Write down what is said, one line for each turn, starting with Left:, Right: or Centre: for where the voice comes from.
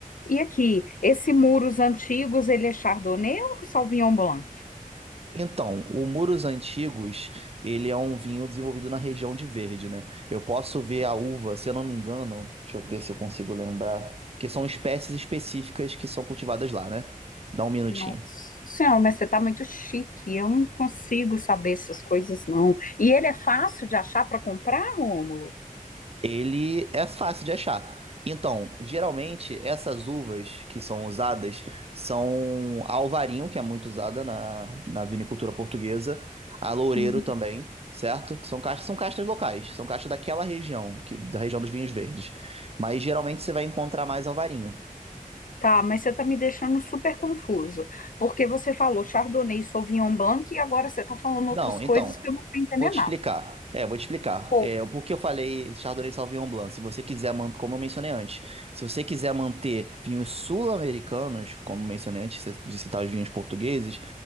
Left: E aqui, esse muros antigos, ele é Chardonnay ou Sauvignon Blanc?
Right: Então, o Muros Antigos, ele é um vinho desenvolvido na região de Verde, né? Eu posso ver a uva, se eu não me engano, deixa eu ver se eu consigo lembrar, porque são espécies específicas que são cultivadas lá, né? Dá um minutinho.
Left: Nossa senhora, mas você tá muito chique. Eu não consigo saber essas coisas, não. E ele é fácil de achar para comprar, Rômulo?
Right: Ele é fácil de achar. Então, geralmente, essas uvas que são usadas são a Alvarinho, que é muito usada na, na vinicultura portuguesa, a Loureiro
Left: Uhum.
Right: também, certo? Que são castas, são castas locais, são castas daquela região, que, da região dos vinhos verdes. Mas geralmente você vai encontrar mais Alvarinho.
Left: Tá, mas você tá me deixando super confusa, porque você falou Chardonnay, Sauvignon Blanc e agora você tá falando
Right: Não,
Left: outras
Right: então,
Left: coisas que eu não tô entendendo
Right: vou te
Left: nada.
Right: explicar. É, vou te explicar.
Left: Pô,
Right: É, o porquê eu falei Chardonnay Sauvignon Blanc. Se você quiser manter, como eu mencionei antes, se você quiser manter vinhos sul-americanos, como eu mencionei antes de citar os vinhos portugueses,